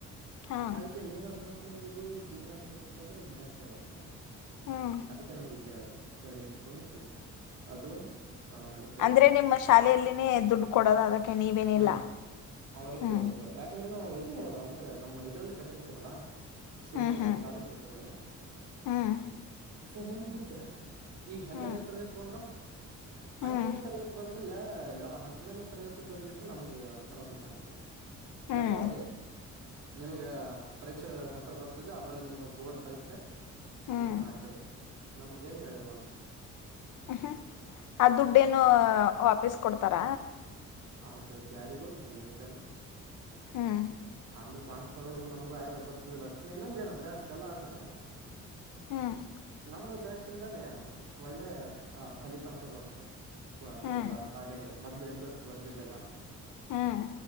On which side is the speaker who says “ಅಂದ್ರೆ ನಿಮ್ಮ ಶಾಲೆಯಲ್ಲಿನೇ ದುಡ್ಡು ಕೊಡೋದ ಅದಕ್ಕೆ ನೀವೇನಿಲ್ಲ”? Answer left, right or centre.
Left